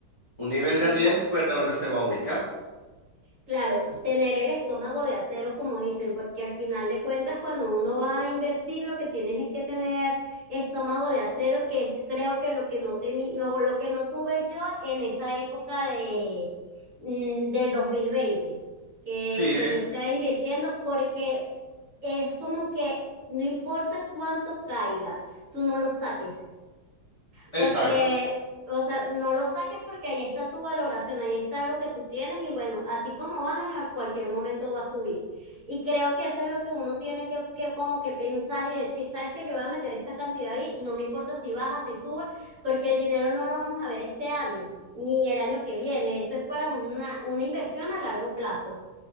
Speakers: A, on the left; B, on the right.
A: un nivel
B: exactamente.
A: de riesgo, ver dónde se va a ubicar.
B: Claro, tener el estómago de acero, como dicen, porque al final de cuentas, cuando uno va a invertir, lo que tienes es que tener estómago de acero, que es, creo que lo que no tení, no, lo que no tuve yo en esa época de, mm, del dos mil veinte que,
A: Sí,
B: que
A: ¿eh?
B: yo estaba invirtiendo porque es como que no importa cuánto caiga, tú no lo saques,
A: Exacto.
B: porque, o sea, no lo saques porque ahí está tu valoración, ahí está lo que tú tienes y bueno, así como baja a cualquier momento va a subir. Y creo que eso es lo que uno tiene que, que como que pensar y decir, sabes que yo voy a meter esta cantidad ahí, no me importa si baja, si sube, porque el dinero no lo vamos a ver este año, ni el año que viene, eso es para una, una inversión a largo plazo.